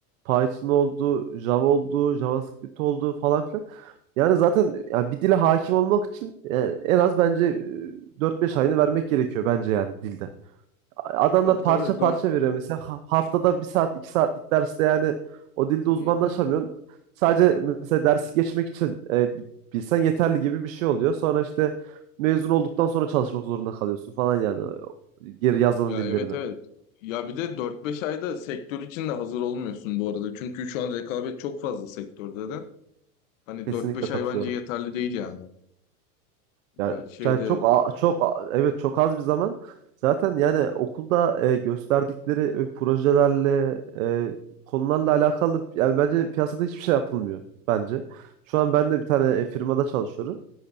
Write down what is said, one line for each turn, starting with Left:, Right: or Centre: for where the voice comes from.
Right: Python oldu, Java oldu, JavaScript oldu falan filan. Yani zaten yani bir dile hakim olmak için yani en az bence e, 4-5 ayını vermek gerekiyor bence yani dilde. Adamlar
Left: Tabii
Right: parça
Left: tabii.
Right: parça
Left: Dör-
Right: veriyor mesela. Ha- Haftada bir saat, iki saatlik derste yani o dilde
Left: Hı
Right: uzmanlaşamıyorsun.
Left: hı.
Right: Sadece mesela dersi geçmek için e, bi- bilsen yeterli gibi bir şey oluyor. Sonra işte mezun olduktan sonra çalışmak zorunda kalıyorsun falan yani e, geri yazılım
Left: Ya
Right: dillerine.
Left: evet evet. Ya bir de dört beş ayda sektör için de hazır olmuyorsun bu arada. Çünkü şu an rekabet çok fazla sektörde de. Hani
Right: Kesinlikle
Left: dört beş
Right: katılıyorum.
Left: ay bence yeterli değil yani.
Right: Ya,
Left: Yani şeyde...
Right: yani çok a- çok a- evet çok az bir zaman. Zaten yani okulda e, gösterdikleri e, projelerle e, konularla alakalı yani bence piyasada hiçbir şey yapılmıyor bence. Şu an ben de bir tane e, firmada çalışıyorum.